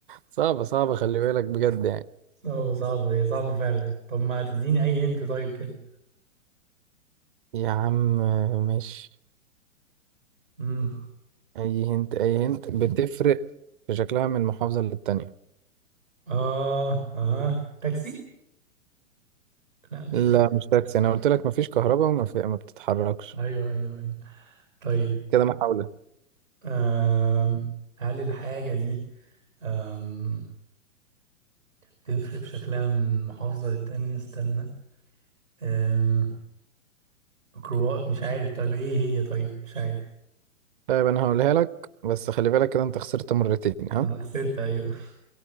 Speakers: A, on the right; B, on the right.
A: صعبة صعبة خلي بالك بجد يعني
B: صعبة صعبة هي صعبة فعلا طب ما تديني أي هنت طيب كده
A: يا عم ماشي
B: امم
A: أي هنت أي هنت بتفرق في شكلها من محافظة للتانية
B: آه آه تاكسي لا مش
A: لا
B: تاكسي
A: مش تاكسي أنا قلت لك مفيش كهرباء وما في... ما بتتحركش
B: أيوه أيوه أيوه طيب
A: كده محاولة
B: آم هل الحاجة دي آم تفرق في شكلها من محافظة للتانية استنى آم ميكروباص مش عارف طيب إيه هي طيب مش عارف
A: طيب أنا هقولها لك بس خلي بالك كده أنت خسرت مرتين ها
B: أنا خسرت أيوه